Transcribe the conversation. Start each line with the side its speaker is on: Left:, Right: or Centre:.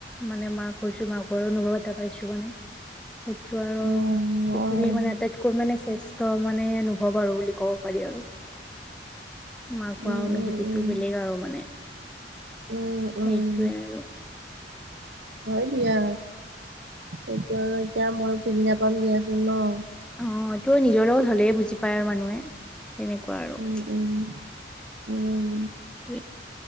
Centre: মানে মাক হৈছো মাকৰ অনুভৱ এটা পাইছো মানে সেইটো আৰু
Right: উম,
Centre: পৃথিৱীৰ
Right: উম,
Centre: মানে আটাইতকৈ মানে শ্ৰেষ্ঠ মানে অনু্ভৱ আৰু বুলি ক'ব পাৰি আৰু মাক হোৱা
Right: উম,
Centre: অনুভূতিতটো
Right: উম, উম,
Centre: বেলেগ আৰু মানে
Right: উম, উম।
Centre: সেইটোৱে আৰু
Right: হয় দিয়া, সেইটো আৰু এতিয়া মই বুজি নাপাম দিয়াচোন ন
Centre: অ, এইটো নিজৰও হলে বুজি পায় আৰু মানুহে তেনেকুৱা আৰু
Right: উম, উম, উম,
Centre: ত